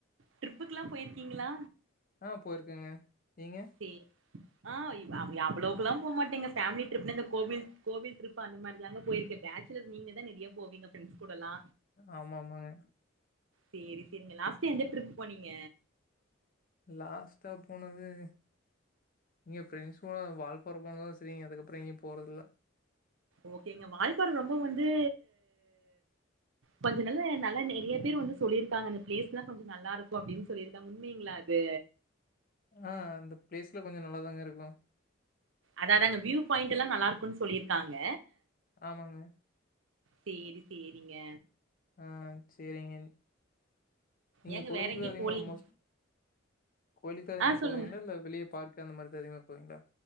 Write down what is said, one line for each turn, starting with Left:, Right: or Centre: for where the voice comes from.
Right: ட்ரிப்புக்கு எல்லா போயிருக்கீங்களா
Left: ஆ போயிருக்கங்க நீங்க
Right: சேர் ஆ அவ்ளோக்கு எல்லா போ மாட்டேங்க ஃபேமிலி ட்ரிப்ல இந்த கோவில் கோவில் ட்ரிப் அந்த மாரிதாங்க போயிருக்கே ஃபேச் சிலர் நீங்க தா நெறைய போவீங்க ஃபிரெண்ட்ஸ் கூட எல்லா
Left: ஆமா ஆமாங்க
Right: சேரி சேரிங்க லாஸ்ட்டா எந்த டரிப்பு போனீங்க
Left: லாஸ்ட்டா போனது நீங்க ஃபிரண்ஸ் கூட வால்பாற போனதோட சேரிங்க அதுக்கப்றோ எங்கயு போறதில்ல
Right: ஓகேங்க வால்பாற ரொம்ப வந்து கொஞ்ச நல்ல நல்லா நெறைய பேர் வந்து சொல்லியிருக்காங்க அந்த பிளேஸ் எல்லா கொஞ்சோ நல்லா இருக்கு அப்டின்னு சொல்லிருக் உண்மிங்களா அது
Left: ஆ அந்த பிளேஸ்ல கொஞ்சோ நல்லாதாங்க இருக்கு
Right: அதா அதாங்க வியூ பாயிண்ட்ல்லா நல்லாருக்குன் சொல்லிருக்காங்க
Left: ஆமாங்க
Right: சேரி சேரிங்க
Left: ஆ சேரிங்க நீங்க
Right: ஏங்க
Left: கோயிலுக்கு
Right: வேற எங்கயு
Left: தா அதிகமா
Right: போலீங்
Left: மோஸ்ட் கோயிலுக்கு தா அதிகமா
Right: ஆ சொல்லுங்க
Left: போவீங்களா இல்ல வெளிய பார்க்கு அந்த மாரி தா அதிகமா போவிங்களா